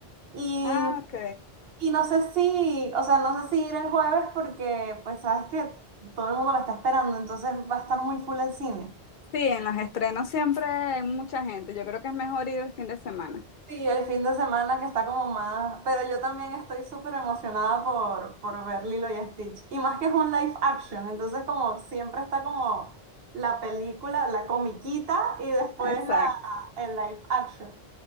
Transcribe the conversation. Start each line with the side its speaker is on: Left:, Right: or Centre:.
Right: Y,
Left: Ah, ok.
Right: y no sé si, o sea, no sé si ir el jueves porque, pues, sabes que todo el mundo la está esperando, entonces va a estar muy full el cine.
Left: Sí, en los estrenos siempre hay mucha gente. Yo creo que es mejor ir el fin de semana.
Right: Sí, el fin de semana que está como más, pero yo también estoy súper emocionada por, por ver Lilo y Stitch. Y más que es un live action, entonces como siempre está como la película, la comiquita y después
Left: Exacto,
Right: la, el live action.